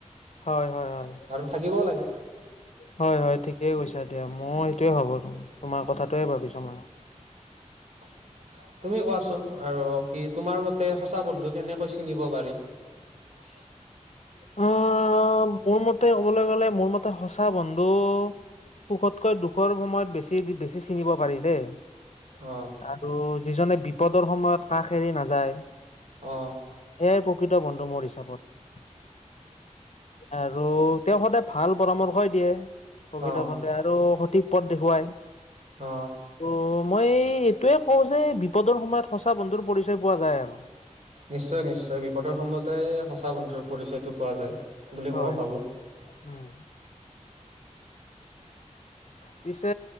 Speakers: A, on the left; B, on the right.
A: হয় হয় হয়
B: আৰু থাকিবও লাগে
A: হয় হয় ঠিকেই কৈছা। এতিয়া মই সেইটোয়ে ভাবো তোমাৰ কথাটোয়ে ভাবিছো মইওঁ
B: তুমি কোৱাচোন আৰু কি তোমাৰ মতে সঁচা বন্ধু কেনেকৈ চিনিব পাৰি। <unintelligible>
A: আহ মোৰ মতে ক'বলৈ গ'ল, মোৰ মতে সঁচা বন্ধু। সুখতকৈ দুখৰ সময়ত বেছি বেছি চিনিব পাৰি দেই।
B: অ
A: আৰু যিজনে বিপদৰ সময়ত কাষ এৰি নাযায়।
B: অ
A: সেয়াই প্ৰকৃত বন্ধু মোৰ হিচাপত। আৰু তেওঁ সদায় ভাল পৰামৰ্শই দিয়ে। প্ৰকৃত
B: অ
A: বন্ধু, আৰু সঠিক পথ দেখুৱায়
B: অ
A: আৰু মই এইটোয়ে কওঁ যে বিপদৰ সময়ত সঁচা বন্ধুৰ পৰিচয় পোৱা যায় আৰু।
B: নিশ্চয় নিশ্চয় বিপদৰ সময়তে সঁচা বন্ধুৰ পৰিচয়টো পোৱা যায়। বুলি
A: হয়,
B: ময়ো ভাবো
A: উম পিছে